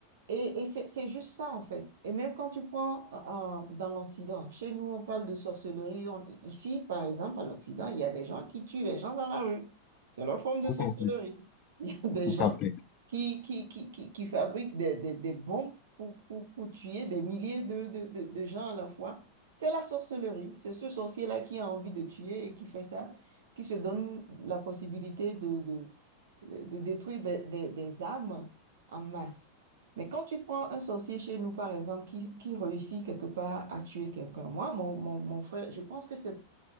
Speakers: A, on the right (about 60°); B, on the left (about 35°).
A: Et, et c'est juste ça, en fait. Et même quand tu prends euh, euh, dans l'Occident, chez nous, on parle de sorcellerie. On- ici, par exemple, à l'Occident, il y a des gens qui tuent les gens dans la rue. C'est leur forme de
B: tout
A: sorcellerie.
B: à fait,
A: <laughs> Il y a des
B: tout
A: gens
B: à fait.
A: qui, qui, qui, qui, qui fabriquent des, des, des bombes pour, pour, pour tuer des milliers de, de, de, de gens à la fois. C'est la sorcellerie. C'est ce sorcier-là qui a envie de tuer et qui fait ça, qui se donne la possibilité de, de, de détruire des, des- des âmes en masse. Mais quand tu prends un sorcier chez nous, par exemple, qui, qui réussit quelque part à tuer quelqu'un, moi, mon, mon, mon frère, je pense que c'est